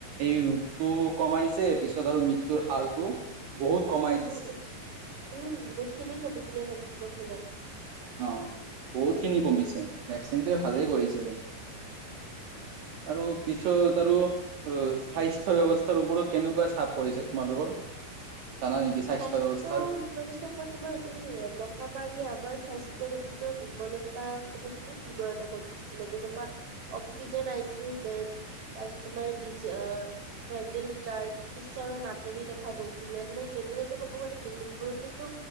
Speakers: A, on the right; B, on the right.
A: এই ৰোগটো কমাইছে পিছত আৰু মৃত্যুৰ হাৰটো বহুত কমাই দিছে।
B: উম উম উম বহুতখিনি কমিছিলে ভেকচিনৰ ফলত।
A: অ বহুতখিনি কমিছে ভেকচিনটো ভালেই কৰিছিলে। আৰু পিছত আৰু অ স্বাস্থ্য ব্যৱস্থাৰ ওপৰত কেনেকুৱা চাপ পৰিছে তোমালোকৰ? জানা নেকি
B: স্বাস্থ্য
A: ব্যৱস্থাৰ
B: ব্যৱস্থাৰ পৰা তোমাৰ এই মহামাৰী আমাৰ স্বাস্থ্য ব্যৱস্থাৰ দুৰ্বলতা মানে বহুত দুৰ্বলতা কৰি তুলিছিলে যেনেকুৱা, oxygen I C U bed. তাৰপিছত তোমাৰ ডিজ অ ভেণ্টিলিটাৰ চিকিৎসাৰ নাটনি দেখা গৈছিলে মানে যত এনেকে ক'ব গ'লে বিল্ডিংবোৰততো